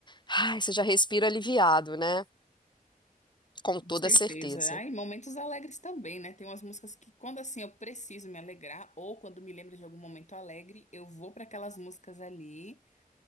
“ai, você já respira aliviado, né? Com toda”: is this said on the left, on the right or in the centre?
Left